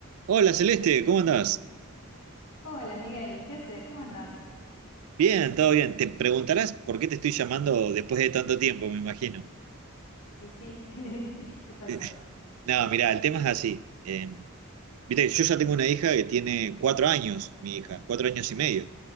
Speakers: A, on the right; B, on the left.
A: Hola Celeste, ¿cómo andás?
B: Hola Miguel, ¿qué haces? ¿Cómo andás?
A: Bien, todo bien. Te preguntarás por qué te estoy llamando después de tanto tiempo, me imagino. <laughs>
B: Y sí, <laughs> ¿qué pasó?
A: Eh, No, mirá, el tema es así. Eh, viste, yo ya tengo una hija que tiene cuatro años, mi hija, cuatro años y medio.